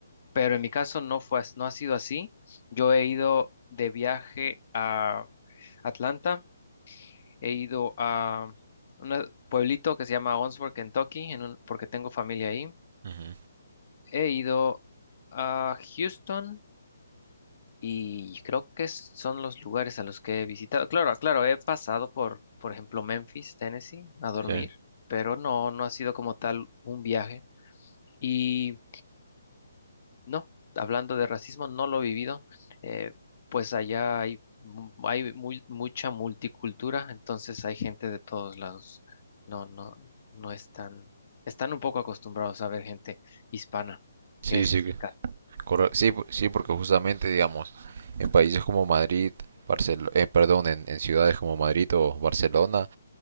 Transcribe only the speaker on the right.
Ujú,
Sí,
Sí,
sí,
correcto. Sí, po- sí, porque justamente, digamos, en países como Madrid, Barcelo- eh, perdón, en, en ciudades como Madrid o Barcelona,